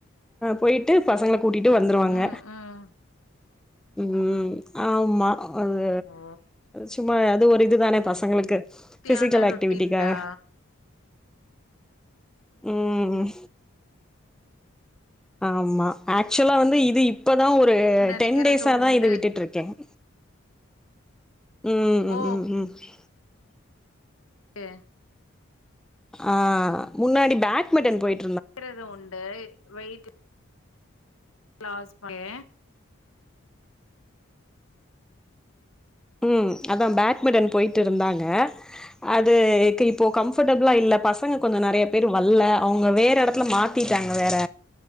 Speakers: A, in the centre; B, on the left.
A: போயிட்டு பசங்களக் கூட்டிட்டு வந்துருவாங்க
B: ம், ம்.
A: ம் ஆமா அது
B: ஓ.
A: சும்மா அது ஒரு இதுதான பசங்களுக்கு
B: தியான
A: ஃபிசிக்கல்
B: ரொட்
A: ஆக்டிவிட்டிக்காக
B: டின்டா
A: ம் ஆமா ஆக்சுலா வந்து இது இப் இப்பதா ஒரு
B: நெனைக்கிறது
A: டென் டேஸாதா
B: உண்டு
A: இது விட்டுட்டு இருக்க ம் ம்ம் ம்
B: ஓ
A: ம் ம் <unintelligible>
B: எ
A: ஆ முன்னாடி பேட்மிட்டன் போயிட்
B: வேற எது உண்டு வெயிட்டு க்ளாஸ் பொண்ணு
A: ம் அதா பேட்மிட்டன் போயிட்டு இருந்தாங்க அது க் இப்போ கம்ஃர்டபுளா இல்ல பசங்க கொஞ்சோ நறைய பேர் வல்ல அவங்க வேற எடத்துல மாத்திட்டாங்க வேற